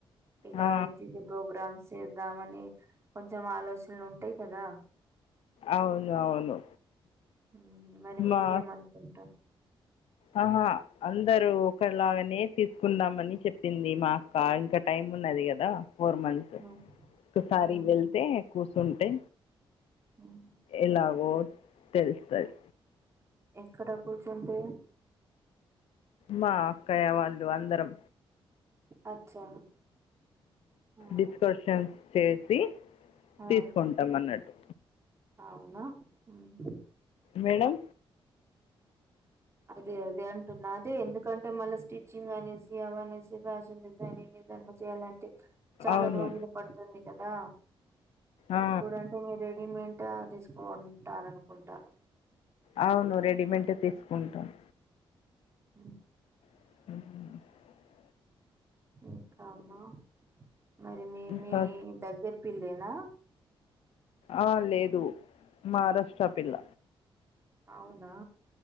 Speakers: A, on the right; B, on the left.
A: ఇలా
B: ఆ,
A: అయితిదే ప్రోగ్రామ్స్ చేద్దామని, కొంచెం ఆలోచనలు ఉంటయ్ కదా!
B: అవును అవును
A: మ్ మరి మీరేమనుకుంట
B: మా ఆహా అందరూ ఒకలాగనే తీసుకుందాం అని చెప్పింది మా క్క ఇంకా టైమ్ ఉన్నది గదా ఫోర్ మంత్స్,
A: ఉమ్,
B: ఒక్కసారి
A: ఉమ్,
B: వెళ్తే కూసుంటే
A: ఉమ్.
B: ఎలాగో తెలుస్తది.
A: ఎక్కడ కూర్చుంటే?
B: మా అక్కయ్య వాళ్ళు అందరం.
A: అచ్చా ఆహా
B: డిస్కర్షన్స్ చేసి
A: ఆ
B: తీసుకుంటాం అన్నట్టు.
A: అవునా మ్.
B: మేడం
A: అదే అదే అంటున్నా అదే ఎందుకంటే మళ్ళా స్టిచ్చింగ్ అనేసి, అవనేసి ఫ్యాషన్ డిజైనింగ్ ఇ దాట్ల చేయాలంటే, చాలా
B: అవును
A: రోజులు పడుతుంది కదా!
B: ఆ,
A: ఇప్పుడంటే మీ రెడిమెంట తీస్ కొంటారు అనుకుంటా.
B: అవును రెడీమెంటే తీసుకుంటామ్.
A: మ్
B: మ్
A: ఇంకా మ మరి మి
B: ఇంకా
A: మి దగ్గరి పిల్లెనా?
B: ఆ లేదు మహారాష్ట్ర పిల్ల.
A: అవునా